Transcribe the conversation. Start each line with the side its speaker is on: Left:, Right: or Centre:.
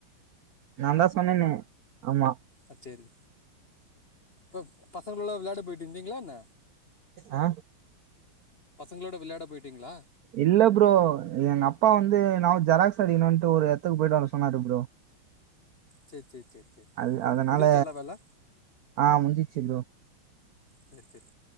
Right: நான் தா சொன்னனே ஆமா
Left: அ சேரி ப்ரோ பசங்களோட எல்லா விளாட போயிட்டு இருந்தீங்ளா என்ன
Right: அ
Left: பசங்களோட விளயாட போயிட்டீங்ளா
Right: இல்ல ப்ரோ எங்க அப்பா வந்து நாவ் ஜெராக்ஸ் அடிக்கணுட்டு ஒரு எடத்துக்கு போயிட்டு வர சொன்னாரு ப்ரோ
Left: சேரி சேரி சேரி சேரி
Right: அது அதனால
Left: முடிஞ்ச்சா எல்லா வேல
Right: ஆ முஞ்சிச்சு ப்ரோ
Left: சேர் சேரி